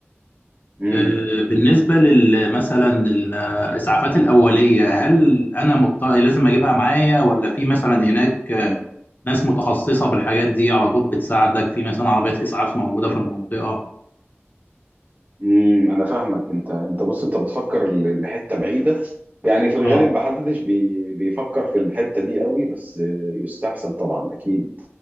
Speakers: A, on the right (about 35°); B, on the left (about 45°).
A: امم
B: آه، بالنسبة لل مثلا الإسعافات الأولية هل أنا مضط... لازم أجيبها معايا ولا في مثلا هناك آه، ناس متخصصة بالحاجات دي على طول بتساعدك في مثلا عربيات إسعاف موجودة في المنطقة
A: امم انا فاهمك انت انت بص انت بتفكر ل- لحته بعيده يعني في الغالب
B: آه
A: محدش بي بيفكر في الحته دي قوي بس يستحسن طبعا اكيد